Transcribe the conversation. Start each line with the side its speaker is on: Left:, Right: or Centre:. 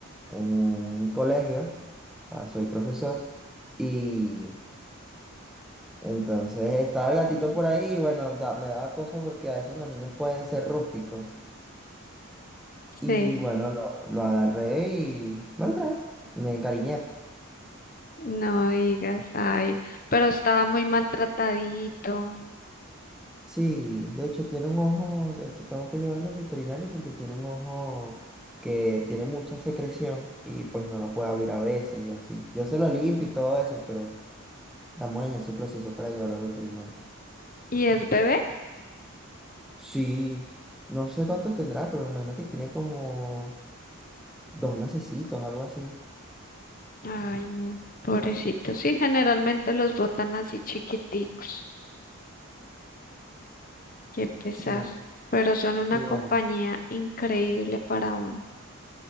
Centre: en un colegio, o sea, soy profesor, y entonces estaba el gatito por ahí y bueno, da- me daba cosa porque a veces los niños pueden ser rústicos. Y
Left: Sí,
Centre: bueno, lo, lo agarré y me lo traje, me encariñé. pues.
Left: no digas, ay, pero estaba muy maltratadito.
Centre: Sí, de hecho tiene un ojo, este, tengo que llevarlo al veterinario porque tiene un ojo que tiene mucha secreción y pues no lo puede abrir a veces y así. Yo se lo limpio y todo eso, pero... La muela se procesó para llevarlo al veterinario.
Left: ¿Y es bebé?
Centre: Sí, no sé cuánto tendrá, pero me imagino que tiene como dos mesecitos, algo así.
Left: Ay, no, pobrecito. Sí, generalmente los botan así chiquiticos, qué pesar.
Centre: Sí,
Left: Pero son una
Centre: y
Left: compañía
Centre: bueno,
Left: increíble para uno.